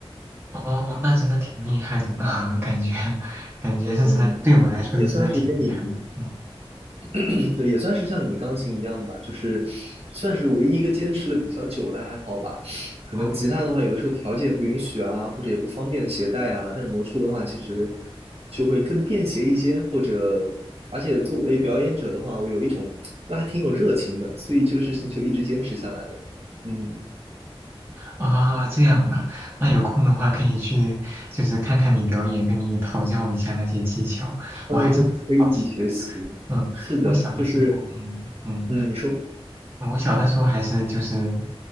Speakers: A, on the right (about 20°); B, on the right (about 80°).
A: 哦，那真的挺厉害的呢，<laughs> 感觉，感觉是真的，
B: 嗯，
A: 对我来说是真的挺厉害的。
B: 也算是跟你。
A: 嗯，
B: <clears throat> 对，也算是像你钢琴一样吧，就是算是唯一一个坚持了比较久的爱好吧。可能吉他的话，
A: 哦，
B: 有的时候条件不允许啊，或者也不方便携带啊。但是魔术的话，其实就会更便携一些，或者而且作为表演者的话，我有一种就还挺有热情的，所以这个事情就一直坚持下来了。嗯
A: 啊，这样啊，那有空的话可以去，就是看看你表演，跟你讨教一下那些技巧，
B: 嗯，
A: 我还真挺好奇的。
B: 那可以一起学习。
A: 嗯，
B: 是的，
A: 我小的时候，
B: 就是
A: 嗯嗯，
B: 嗯，你说
A: 嗯我小的时候还是就是